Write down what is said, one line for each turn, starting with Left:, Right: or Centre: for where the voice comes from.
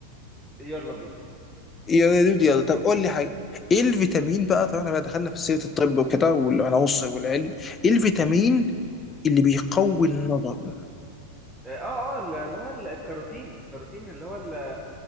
Centre: يلا بينا
Left: يا دود يلا طب قول لي حاجه ايه الفيتامين بقى طبعا احنا بقى دخلنا في سيره الطب وكده والعناصر والعلم ايه الفيتامين اللي بيقوي
Centre: مم.
Left: النظر
Centre: اه اه ال- اللي هو ال- الكاروتين الكاروتين اللي هو ال-